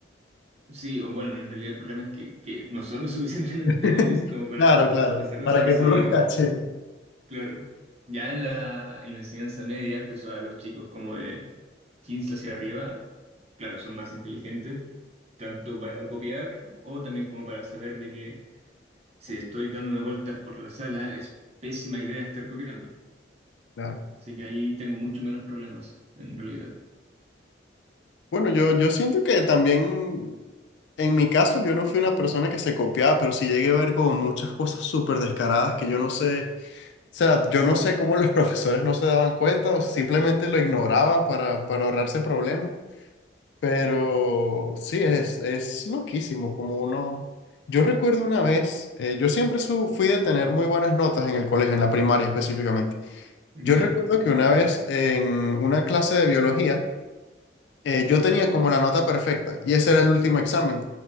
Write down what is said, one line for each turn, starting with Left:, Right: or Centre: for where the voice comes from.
Right: sí, o bueno, en realidad el problema es que, que no son lo <laughs> suficientemente
Left: <laughs>
Right: hábiles como para
Left: Claro, claro,
Right: pasar desapercibido.
Left: para que no los cachen.
Right: Claro. Ya en la, en la enseñanza media, que son a los chicos como de 15 hacia arriba, claro, son más inteligentes, tanto para copiar o también como para saber de que si estoy dándome vueltas por la sala es pésima idea estar copiando.
Left: Claro.
Right: Así que ahí tengo mucho menos problemas, en realidad.
Left: Bueno, yo, yo siento que también, en mi caso, yo no fui una persona que se copiaba, pero sí llegué a ver como muchas cosas súper descaradas que yo no sé, o sea, yo no sé cómo los <laughs> profesores no se daban cuenta o simplemente lo ignoraban para, para ahorrarse problemas, pero sí, es, es loquísimo como uno... Yo recuerdo una vez, eh, yo siempre su- fui de tener muy buenas notas en el colegio, en la primaria específicamente.
Right: ¿Ya?
Left: Yo recuerdo que una vez en una clase de biología, eh, yo tenía como la nota perfecta y ese era el último examen.